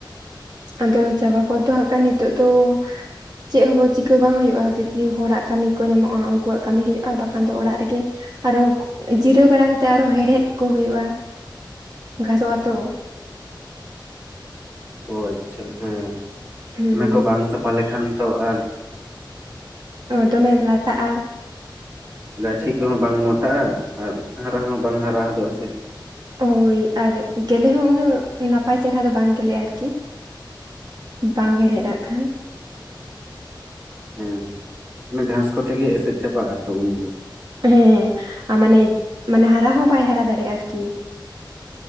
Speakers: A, on the right; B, on the right.
A: ᱟᱫᱚ ᱪᱟᱵᱟ ᱯᱚᱨ ᱫᱚ ᱦᱚᱸ ᱠᱷᱟᱱ ᱱᱤᱛᱚᱜ ᱫᱚ ᱪᱮᱫ ᱦᱚᱸ ᱪᱤᱠᱠᱟ ᱵᱟᱝ ᱦᱩᱭᱩᱜᱼᱟ᱾ ᱡᱚᱫᱤ ᱦᱚᱲᱟᱜ ᱠᱟᱹᱢᱤ ᱠᱚ ᱧᱟᱢᱚᱜᱼᱟ, ᱩᱱᱠᱩᱣᱟᱜ ᱠᱟᱹᱢᱤ ᱦᱩᱭᱩᱜᱭᱼᱟ, ᱵᱟᱠᱷᱟᱱ ᱫᱚ ᱚᱲᱟᱜ ᱨᱮᱜᱮ ᱟᱨᱚ ᱡᱤᱨᱟᱹᱣ ᱵᱟᱲᱟ ᱠᱟᱛᱮ᱾ ᱛᱮ ᱟᱨᱦᱚᱸ ᱦᱮᱲᱦᱮᱫ ᱠᱚ ᱦᱩᱭᱩᱜᱼᱟ, ᱜᱷᱟᱥᱚᱜ ᱟᱛᱚ᱾
B: ᱚ ᱟᱪᱪᱷᱟ, ᱦᱮᱸ
A: ᱦᱩᱸ
B: ᱚᱱᱟ ᱠᱚ ᱵᱟᱝ ᱥᱟᱯᱷᱟ ᱞᱮᱠᱷᱟᱱ ᱛᱚ ᱟᱨ <inaudible>
A: ᱫᱚᱢᱮ ᱞᱟᱴᱟᱜᱼᱟ
B: ᱜᱟᱹᱪᱷᱤ ᱠᱚᱦᱚᱸ ᱵᱟᱝ ᱢᱚᱴᱟᱜᱼᱟ ᱟᱨ ᱦᱟᱨᱟ ᱦᱚᱸ ᱵᱟᱝ ᱦᱟᱨᱟ ᱦᱚᱫᱚᱜᱼᱟ ᱥᱮ
A: ᱳᱭ ᱟᱨ ᱜᱮᱞᱮ ᱦᱚᱸ ᱩᱱᱟᱹᱜ ᱱᱟᱯᱟᱭ ᱪᱮᱨᱦᱨᱟ ᱫᱚ ᱵᱟᱝ ᱜᱮᱞᱮᱜᱼᱟ ᱟᱨᱠᱤ ᱵᱟᱝ ᱦᱮᱲᱮᱫ ᱟᱜ ᱠᱷᱟᱱ
B: ᱦᱮᱸ ᱦᱮᱸ ᱚᱱᱟ ᱜᱷᱟᱥ ᱠᱚᱛᱮᱜ ᱜᱮ ᱮᱥᱮᱫ ᱪᱟᱵᱟᱜ ᱟ ᱛᱚ ᱩᱱᱫᱚ
A: ᱦᱮᱸ ᱟᱨ ᱢᱟᱱᱮ ᱢᱟᱱᱮ ᱦᱟᱨᱟ ᱦᱚᱸ ᱵᱟᱭ ᱦᱟᱨᱟ ᱫᱟᱲᱮᱭᱟᱜᱼᱟ ᱟᱨᱠᱤ ᱠᱤ <inaudible>